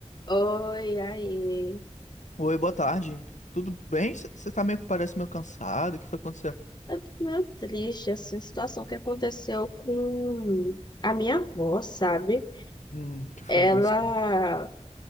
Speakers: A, on the left; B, on the left.
A: Oi, aí.
B: Oi, boa tarde. Tudo bem? Você tá meio que parece meio cansado. O que foi acontecer?
A: Eu tô meio triste, assim, situação que aconteceu com a minha avó, sabe?
B: Hum, o que foi
A: Ela
B: acontecer?